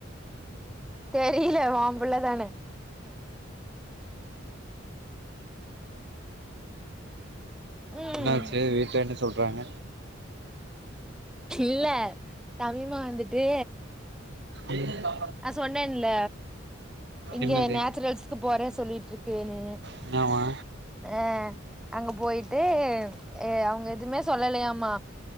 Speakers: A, in the centre; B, on the right.
A: தெரில ஒம்புள்ளதான ம்
B: என்னாச்சு வீட்ல என்ன சொல்றாங்க
A: இல்ல தமிமா வந்துட்டு
B: ம்,
A: ந சொன்னேன்ல இங்க
B: என்னது
A: நேச்சுரல்ஸ்க்கு போறே சொல்லிட்ரு க்குனு
B: என்னவா
A: அ அங்க போயிட்டு அ அவங்க எதுமே சொல்லலையாமா